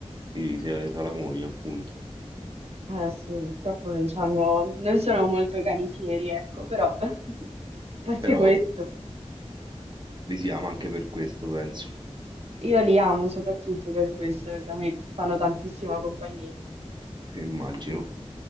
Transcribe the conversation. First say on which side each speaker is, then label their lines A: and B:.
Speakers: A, on the right; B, on the right.
A: sì, sì, dei salamoni appunto,
B: Eh sì, purtroppo non c'hanno, non sono molto canifieri, ecco, però <laughs> a parte
A: però
B: questo,
A: vabbè, li si ama anche per questo, penso,
B: io li amo soprattutto per questo, perché a me fanno tantissima compagnia.
A: <laughs> immagino.